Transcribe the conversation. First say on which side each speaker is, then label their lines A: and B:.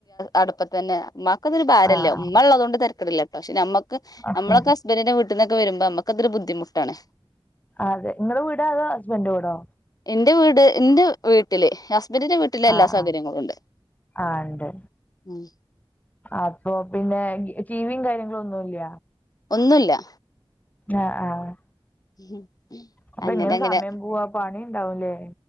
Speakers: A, on the left (about 40°); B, on the left (about 15°).
A: അടുപ്പിൽ തന്നെ ഉമ്മാക്ക് അതൊരു ഭാരല്ല
B: ആഹ്
A: ഉമ്മ ഉള്ളത് കൊണ്ട് ത പക്ഷെ നമ്മുക്ക്
B: ആഹ്
A: നമ്മളൊക്കെ ഹസ്ബൻഡറിന്റെ വീട്ടിൽന്നൊക്കെ വരുമ്പോ നമുക്കൊരു ബുദ്ധിമുട്ടാണ്
B: അതെ നിങ്ങളടെ വീടോ അതോ ഹസ്ബൻഡ് വീടോ
A: എന്റെറെ വീട് എന്റെ വീട്ടില് ഹസ്ബൻഡിന്റെ വീട്ടില് എല്ലാ
B: ആഹ്
A: സൗകര്യങ്ങളും
B: ആഹ്
A: ഉണ്ട്
B: ആഹ് ഇണ്ട്
A: ഉം
B: അപ്പൊ പിന്നെ ടിവിയും കാര്യങ്ങളും ഒന്നുംല്ല
A: ഒന്നുല്ല
B: ആഹ് ആഹ്
A: ഉം
B: അപ്പൊ
A: അങ്ങനെ
B: എങ്ങനെ
A: അങ്ങനെ
B: സമയം പോവാ പണി ഉണ്ടാവൂലേ